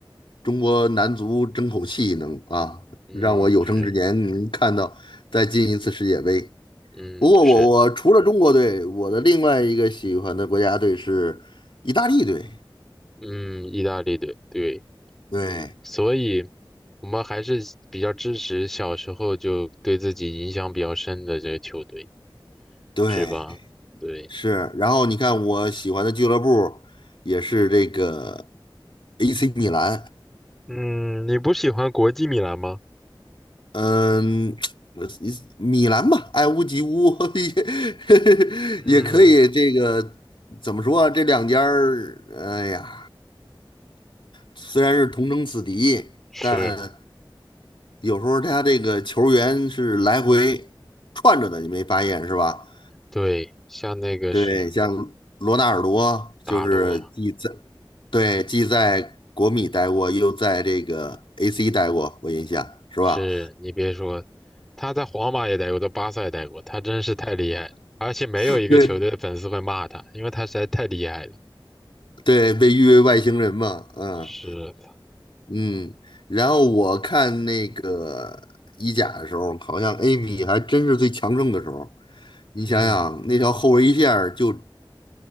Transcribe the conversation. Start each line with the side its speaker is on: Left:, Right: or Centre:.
Left: 中国男足争口气能啊，
Centre: 嗯，
Left: 让我有生之年能看到再进一次世界杯。
Centre: 是，嗯是，
Left: 不过我我除了中国队，我的另外一个喜欢的国家队是意大利队。
Centre: 嗯，意大利队，对，
Left: 对
Centre: 所以我们还是比较支持小时候就对自己影响比较深的这个球队，
Left: 对，
Centre: 是吧？对，
Left: 是，然后你看我喜欢的俱乐部也是这个 AC 米兰，
Centre: 嗯，你不喜欢国际米兰吗？
Left: 嗯，<tsk> 呃米兰吧，爱屋及乌 <laughs> 也也可以。
Centre: 嗯，
Left: 这个怎么说啊？这两家儿，哎呀，虽然是同城死敌，
Centre: 是，
Left: 但有时候他这个球员是来回串着的，你没发现是吧？
Centre: 对，像那个是
Left: 对，像罗纳尔多就是既在
Centre: 大陆。
Left: 对既在国米待过，又在这个 AC 待过，我印象是吧？
Centre: 是你别说，他在皇马也待过，在巴萨也待过，他真是太厉害，而且没有一个球队的粉丝会骂他，
Left: <laughs> 对
Centre: 因为他实在太厉害了。
Left: 对，被誉为外星人嘛，嗯
Centre: 是的
Left: 嗯。然后我看那个意甲的时候，好像 A 米还真是最强盛的时候。你想想，
Centre: 嗯
Left: 那条后卫线儿就